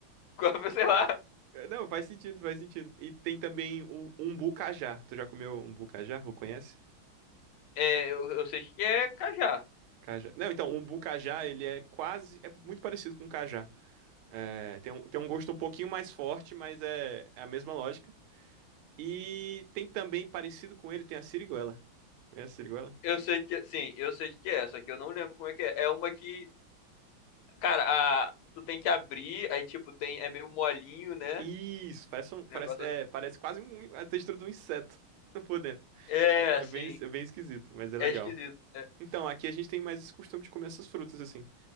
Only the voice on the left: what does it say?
gua- <laughs> Sei lá.
É, eu, eu sei que é cajá.
Eu sei que, sim, eu sei que é, só que eu não lembro como é que é. É uma que, cara, a, tu tem que abrir, aí tipo tem, é meio molinho, né?
Um Negócio
assim.
É,
assim,
é
esquisito. é.